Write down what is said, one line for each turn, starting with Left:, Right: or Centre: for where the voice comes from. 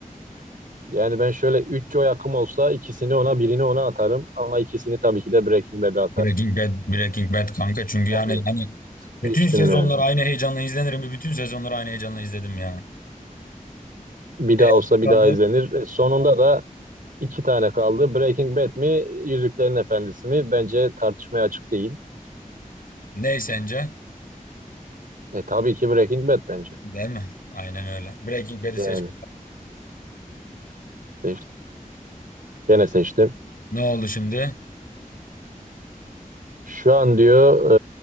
Right: Yani ben şöyle 3 oy hakkım olsa ikisini ona birini ona atarım ama ikisini tabii ki de Breaking Bad'e atarım.
Left: Breaking Bad, Breaking Bad kanka. Çünkü
Right: Tabii.
Left: yani hani
Right: Değiştim
Left: bütün sezonlar
Right: yani.
Left: aynı heyecanla izlenirim. ve Bütün sezonları aynı heyecanla izledim ya.
Right: Bir daha
Left: E
Right: olsa bir
Left: kaldı.
Right: daha izlenir. E, Sonunda da iki tane kaldı. Breaking Bad mi, Yüzüklerin Efendisi mi? Bence tartışmaya açık değil.
Left: Ne sence?
Right: E tabii ki Breaking Bad bence.
Left: Değil mi? Aynen öyle. Breaking Bad'i
Right: Yani
Left: seç.
Right: seçtim. Gene seçtim.
Left: Ne oldu şimdi?
Right: Şu an diyor